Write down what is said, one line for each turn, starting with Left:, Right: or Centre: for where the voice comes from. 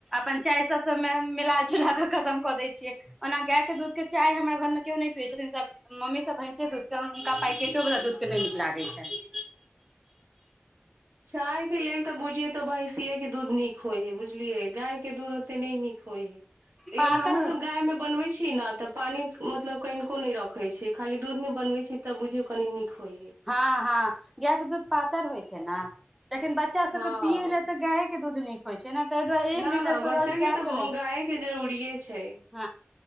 Centre: प्चायत मिलला कऽ खतम कऽ दै छियै ओना गाय दध चाय हमर घरमे केओ नहि पियै छथिन म्मी भैंसे हुनका पैो द नहि नीक लागै छनि
Right: चाय के लेल तऽ बुझिये तो भइ सियए के दूध नीक होइ है बुझलियै गाय के दूध ओते नहि नीक होय हय लेकिन
Centre: पातर
Right: हमूँ सब गाय में बनबै छी ने तऽ पानि मतलब कनिको नहि रखै छी खाली दूधमे बनबै छी तऽ बुझियौ कनी नीक होइ हइ
Centre: हँ हँ गाय के दूध पातर होइ छै एना लेकिन बच्चा सब
Right: हँ
Centre: के पिय ले तऽ गाय दूध नीक होइ छै ताहि दुआरे एक
Right: न
Centre: लीटर
Right: न
Centre: के
Right: बच्चा
Centre: रोज गाय
Right: तऽ
Centre: के ले छै
Right: गाय के जरूरिये छै
Centre: ह